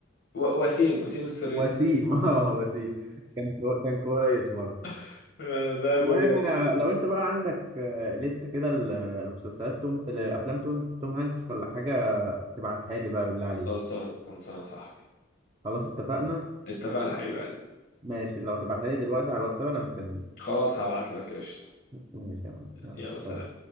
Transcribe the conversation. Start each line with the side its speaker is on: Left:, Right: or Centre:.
Left: و... وسيم وسيم السريتي
Right: وسيم <laughs> اه وسيم كان كو... كان كويس برضه
Left: <laughs> ده
Right: المهم
Left: ده جامد
Right: انا لو انت بقى عندك آه، ليست كده ل- لمسلسلات توم لافلام توم, توم هانكس ولا حاجه تبعتها لي بقى بالله عليك
Left: خلصان خلصان يا صاحبي
Right: خلاص اتفقنا
Left: اتفقنا حبيب قلبي
Right: ماشي لو هتبعتها لي دلوقتي على الواتساب انا مستنيك
Left: خلاص هبعت لك قشطة
Right: ماشي يا معلم.
Left: يلا سلام
Right: يلا